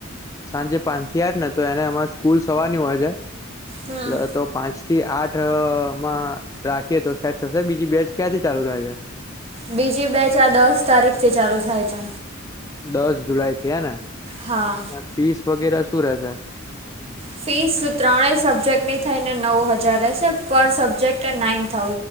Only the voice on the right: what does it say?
હમ
બીજી બેચ આ દસ તારીખથી ચાલુ થાય છે.
હા
ફીસ ત્રણેય સબ્જેક્ટની થઈને નવ હજાર રહેશે પર સબ્જેક્ટ નાઈન થાઉ